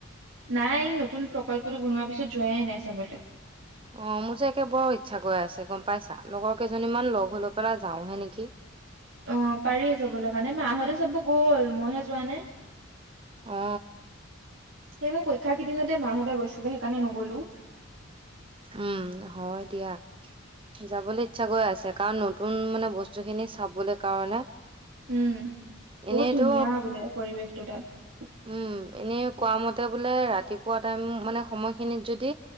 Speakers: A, on the right; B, on the right.
A: নাই নতুন প্ৰকল্পটো বনোৱা পিছত যোৱাই নাই চাবলে।
B: অঁ, মোৰ যে একে বৰ ইচ্ছা কৰি আছে গম পাইছা লগৰ কেইজনীমান লগ হৈ, লৈ পেলাই যাওঁহে নেকি।
A: অ, পাৰি যাবলে কাৰণে মাহঁতে চাব গ'ল মইহে যোৱা নাই।
B: অ।
A: সেই মোৰ পৰীক্ষা কেইদিনতে মাহঁতে গৈছিলে, সেইকাৰণে নগলো।
B: উম, হয় দিয়া। যাবলে ইচ্ছা কৰি আছে। কাৰণ নতুন মানে বস্তু খিনি চাবলে কাৰণে।
A: উম,
B: এনেইতো
A: বহুত ধুনীয়া বোলে পৰিৱেশটো তাত।
B: উম, এনেই কোৱা মতে বোলে ৰাতিপুৱা টাইম মানে সময়খিনিত যদি